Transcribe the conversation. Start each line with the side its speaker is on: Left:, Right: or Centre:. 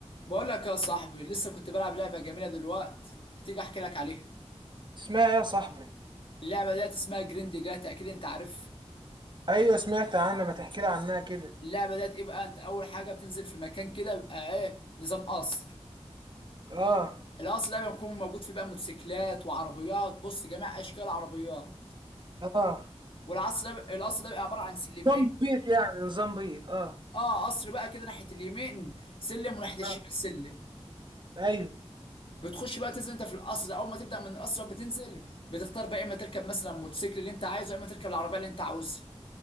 Left: بقول لك يا صاحبي لسه كنت بلعب لعبة جميلة دلوقتي بتيجي احكي لك عليها
Right: اسمها ايه يا صاحبي
Left: اللعبة ديت اسمها جريندي جاتا اكيد انت عارف
Right: ايوه سمعت عنها ما تحكي لي عنها كده
Left: اللعبة ديت ايه بقى انت اول حاجة بتنزل في مكان كده بيبقى ايه نظام قصر
Right: اه
Left: القصر ده بيكون موجود فيه بقى موتوسيكلات وعربيات بص جميع اشكال العربيات
Right: اه
Left: والقصر ده القصر ده بيبقى عبارة عن سلمين
Right: نظام بيض يعني نظام بيض اه
Left: اه قصر بقى كده ناحية اليمين سلم وناحية الشمال
Right: اه
Left: سلم
Right: ايوه
Left: بتخش بقى تنزل انت في القصر ده اول ما تبدأ من القصر بقى بتنزل بتختار بقى اما تركب مثلا موتوسيكل اللي انت عايزه يا اما تركب العربية اللي انت عاوزها